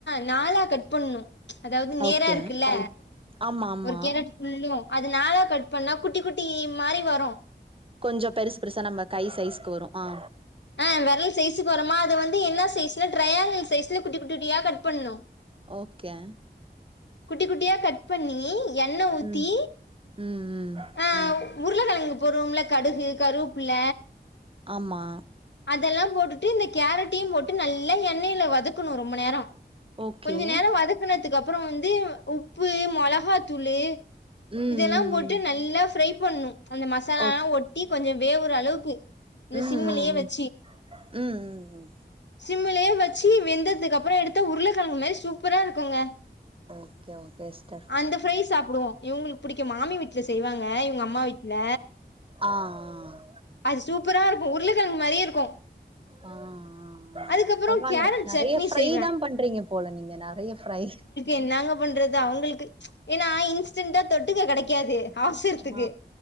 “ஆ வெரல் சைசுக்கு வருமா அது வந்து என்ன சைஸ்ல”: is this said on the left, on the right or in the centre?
Left